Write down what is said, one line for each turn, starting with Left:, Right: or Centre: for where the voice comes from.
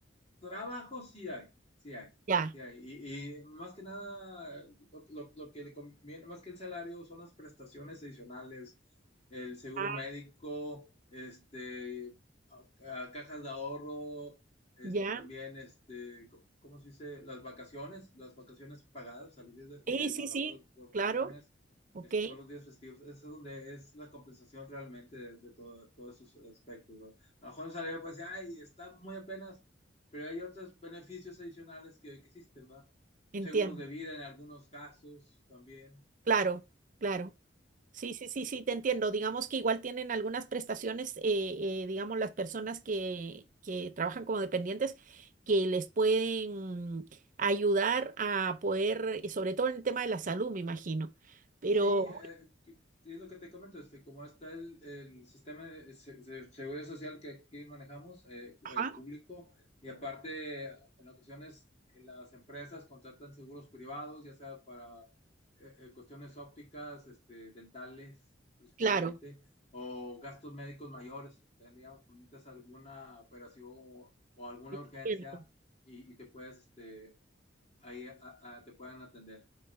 Left: trabajo sí hay, sí hay,
Right: Ya,
Left: sí hay. Y, y más que nada, lo, lo- lo que le conviene, más que el salario, son las prestaciones adicionales, el seguro
Right: Ah,
Left: médico, este, a- a cajas de ahorro, es-
Right: ya.
Left: también, este, co- ¿cómo se dice? Las vacaciones, las vacaciones pagadas, o sea, los días de-
Right: Sí,
Left: que
Right: sí,
Left: no
Right: sí,
Left: laboras por vacaciones,
Right: claro. Ok,
Left: es- todos los días festivos, eso es donde es la compensación realmente de, de todo- todos esos aspectos, ¿no? A lo mejor salió pues, ay, está muy apenas, pero hay otros beneficios adicionales que, que existen, ¿va?
Right: entiendo.
Left: Seguros de vida en algunos casos también.
Right: Claro, claro. Sí, sí, sí, sí, te entiendo. Digamos que igual tienen algunas prestaciones, eh, eh, digamos, las personas que, que trabajan como dependientes, que les pueden ayudar a poder, eh, sobre todo en el tema de la salud, me imagino. Pero
Left: Sí, eh, que- es lo que te comento, este, como está el, el sistema de se- de seguridad social que aquí manejamos, eh,
Right: Ajá,
Left: el público, y aparte, en ocasiones eh, las empresas contratan seguros privados, ya sea para eh, eh, cuestiones ópticas, este, dentales principalmente,
Right: claro.
Left: o gastos médicos mayores, que también digamos, cuando necesitas alguna operación o, o alguna
Right: Entiendo,
Left: urgencia y, y te puedes, este, ahí a- a- te pueden atender.